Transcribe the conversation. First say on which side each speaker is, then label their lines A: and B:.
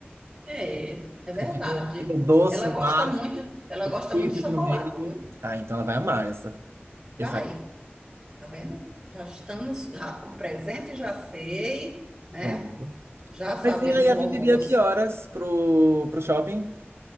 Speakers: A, on the right (about 20°); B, on the right (about 80°).
A: É, é
B: Porque
A: verdade.
B: fica, fica o doce
A: Ela
B: embaixo,
A: gosta muito, ela
B: o
A: gosta
B: cítrico
A: muito de chocolate,
B: no meio.
A: viu?
B: Ah, então ela vai amar essa. Eu
A: Vai,
B: faria
A: tá vendo? Já estamos, já- o presente já sei, né?
B: pronto.
A: Já
B: Mas
A: sabemos
B: e aí, a
A: o
B: gente
A: almoço.
B: iria que horas pro, pro shopping?